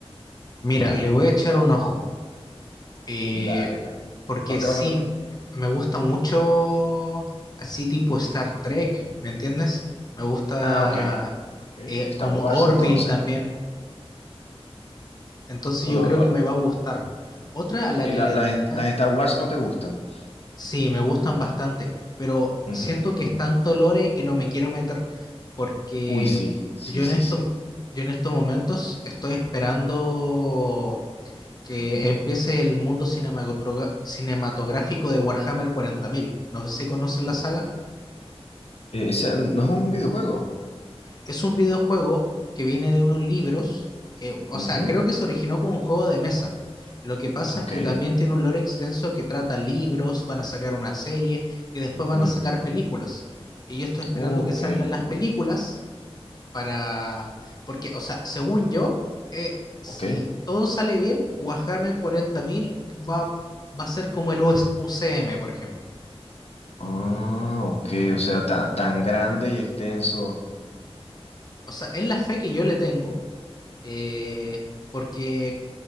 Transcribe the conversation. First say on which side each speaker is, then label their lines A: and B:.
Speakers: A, on the left (about 40°); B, on the left (about 70°).
A: Mira, le voy a echar un ojo. Eh,
B: Dale, na-
A: porque
B: no te
A: sí,
B: vas a arrepentir.
A: me gusta mucho así tipo Star Trek, ¿me entiendes? Me gusta
B: Ah, ok. Ok,
A: eh,
B: Star
A: como
B: Wars
A: Orville
B: entonces.
A: también, entonces
B: O
A: yo
B: lo-
A: creo que
B: o-
A: me va a gustar. Otra a la
B: y
A: que
B: la-
A: le
B: las,
A: tenía,
B: las Star Wars no te gustan.
A: sí, me gustan bastante, pero
B: Ujú.
A: siento que es tanto lore que no me quiero meter, porque
B: Uy, sí, sí,
A: yo
B: sí,
A: en esto,
B: sí.
A: yo en estos momentos estoy esperando que
B: Ujú.
A: empiece el mundo cinematogra- cinematográfico de Warhammer 40.000. No sé si conocen la saga.
B: Eh, ese no es un videojuego.
A: Es un videojuego que viene de unos libros, eh, o sea,
B: Ujú.
A: creo que se originó como un juego de mesa. Lo que pasa
B: Ok.
A: es que también tiene un lore extenso que trata libros, van a sacar una serie y después van
B: Ujú.
A: a sacar películas. Y yo estoy esperando
B: Ok.
A: que salgan las películas para, porque, o sea, según yo, eh, si
B: Ok.
A: todo sale bien, Warhammer cuarenta mil va, va a ser como el US UCM, por ejemplo.
B: Ah, ok, o sea, tan, tan grande y extenso.
A: O sea, es la fe que yo le tengo, eh, porque,